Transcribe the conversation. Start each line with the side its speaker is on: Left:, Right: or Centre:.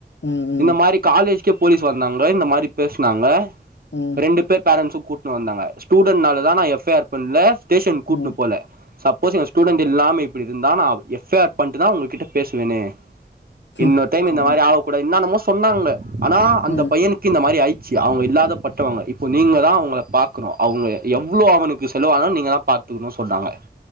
Left: ம், ம்,
Right: இந்த மாரி காலேஜ்கே போலீஸ் வந்தாங்க இந்த மாரி பேசுனாங்க
Left: ம்
Right: ரெண்டு பேர் பேரண்ட்ஸ கூட்டிட்டு வந்தாங்க ஸ்டூடெட்னாலதான் நான் எஃப் ஐ ஆர் பண்ணல ஸ்டேஷன் கூட்டு
Left: ம்.
Right: போல சப்போஸ் இவன் ஸ்டூடெட் இல்லாம இப்டி இருந்தா நான் எப் ஐ ஆர் பண்ட்டுதான் உங்க கிட்ட பேசுவேனே இன்னொரு
Left: ம்,
Right: டைம் இந்த
Left: ஆமா.
Right: மாரி ஆகக்கூடாது என்னன்னமோ சொன்னாங்க ஆனா அந்த
Left: ம்,
Right: பைய க்கிஸஇந்த மாரி ஆயிச்சு அவங்க இல்லாதப்பட்டவங்க இப்போ நீங்க தான் அவுங்களை பார்க்கணும் அவுங்க எவ்ளோ அவனுக்கு செலவானோ நீங்க தான் பாத்துக்கணும் சொல்ட்டாங்க